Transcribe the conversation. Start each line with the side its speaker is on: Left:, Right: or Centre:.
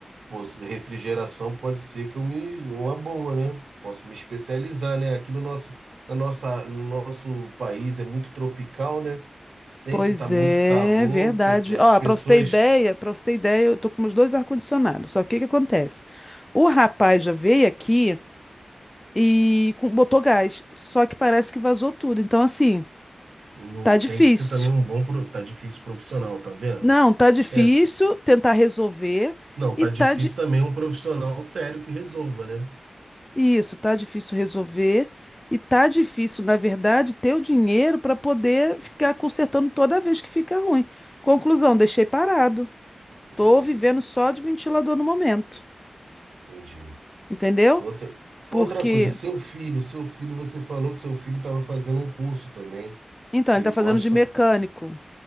Right: Pô, se- refrigeração pode ser que eu me, uma boa, né? Posso me especializar, né? Aqui no nosso, na nossa, no nosso país é muito tropical, né? Sempre
Left: Pois
Right: tá muito
Left: é,
Right: calor,
Left: verdade.
Right: quer dizer,
Left: Ó,
Right: as pessoas
Left: para você ter ideia, para você ter ideia, eu tô com meus dois ar-condicionados. Só que o que acontece? O rapaz já veio aqui e com- botou gás, só que parece que vazou tudo. Então, assim,
Right: não
Left: tá difícil.
Right: tem que ser também um bom, pro- tá difícil profissional, tá vendo?
Left: Não, tá difícil
Right: É,
Left: tentar resolver
Right: não,
Left: e
Right: tá
Left: tá
Right: difícil
Left: de...
Right: também um profissional sério que resolva, né?
Left: Isso, tá difícil resolver e tá difícil, na verdade, ter o dinheiro para poder ficar consertando toda vez que fica ruim. Conclusão, deixei parado.
Right: Entendi,
Left: Tô vivendo só de ventilador no momento.
Right: entendi.
Left: entendeu?
Right: Outra,
Left: Porque,
Right: outra coisa, seu filho, seu filho, você falou que seu filho estava fazendo um curso também,
Left: então,
Right: que
Left: ele
Right: ele
Left: está fazendo
Right: gosta.
Left: de mecânico,